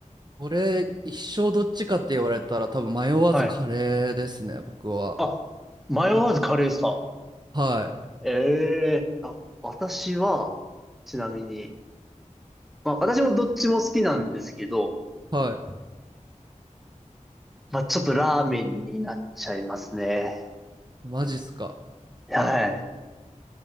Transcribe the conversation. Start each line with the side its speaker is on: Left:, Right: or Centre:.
Right: これ一生どっちかって言われたら多分迷わずカレーですね、
Centre: はい。
Right: 僕は。
Centre: あ、迷わずカレーですか
Right: はい、
Centre: ええあ、私は、ちなみに、まあ私もどっちも好きなんですけど、
Right: は
Centre: まあちょっとラーメンになっちゃいますね。
Right: い。マジっすか。
Centre: はい。